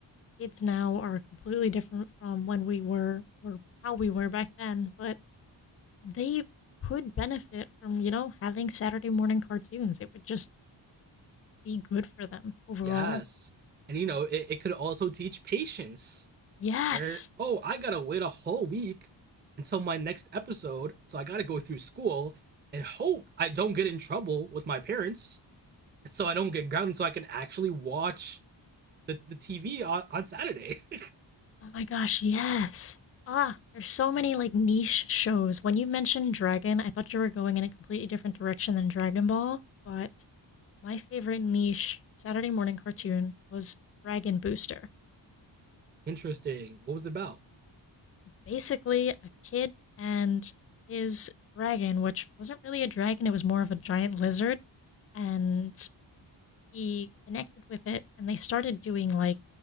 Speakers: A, on the left (about 35°); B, on the right (about 25°).
A: kids now are completely different from when we were or how we were back then, but they could benefit from, you know, having Saturday morning cartoons. It would just be good for them overall.
B: Yes, and you know it, it could also teach patience
A: Yes.
B: Er, Oh, I gotta wait a whole week until my next episode, so I gotta go through school and hope I don't get in trouble with my parents, so I don't get grounded, so I can actually watch the, the TV on, on Saturday. <laughs>
A: Oh my gosh, yes. Ah, there's so many like niche shows. When you mentioned Dragon, I thought you were going in a completely different direction than Dragon Ball, but my favorite niche Saturday morning cartoon was Dragon Booster.
B: Interesting. What was it about?
A: basically a kid and his dragon, which wasn't really a dragon, it was more of a giant lizard. And he connected with it and they started doing like